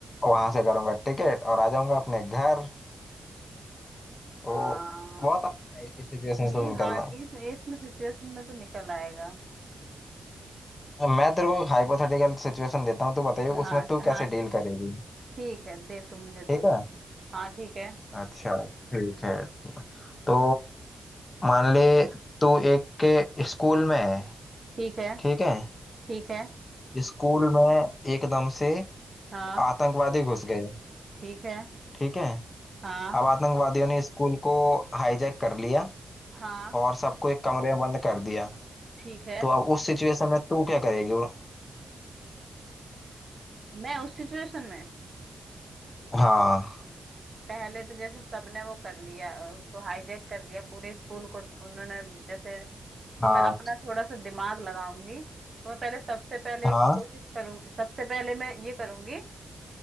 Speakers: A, on the left; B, on the right.
A: वहां से करूंगा टिकट और आ जाऊंगा अपने घर तो
B: हाँ
A: बहुत आसान है इस सिचुएशन
B: ये
A: से निकलना
B: हाँ ये ये इसमें सिचुएशन में तो निकल आएगा
A: मैं तेरे को हाइपोथेटिकल सिचुएशन देता हूँ तू बताइए
B: हाँ
A: उसमें तू
B: हाँ
A: कैसे डील करेगी
B: ठीक है दे तू मुझे दे
A: ठीक है
B: हाँ ठीक है
A: अच्छा ठीक है तो मान ले तू एक के स्कूल में है
B: ठीक है
A: ठीक है
B: ठीक है
A: स्कूल में एकदम से
B: हाँ
A: आतंकवादी घुस गए
B: ठीक है
A: ठीक है
B: हाँ
A: अब आतंकवादियों ने स्कूल को हाईजैक कर लिया
B: हाँ
A: और सबको एक कमरे में बंद कर दिया
B: ठीक है
A: तो अब उस सिचुएशन में तू क्या करेगी और-
B: मैं उस सिचुएशन में
A: हाँ
B: पहले तो जैसे सबने वो कर लिया उसको हाईजैक कर लिया पूरे स्कूल को उन्होंने जैसे तो
A: हाँ
B: मैं अपना थोड़ा सा दिमाग लगाऊंगी तो मैं पहले सबसे पहले
A: हाँ
B: कोशिश करूंगी सबसे पहले मैं ये करूंगी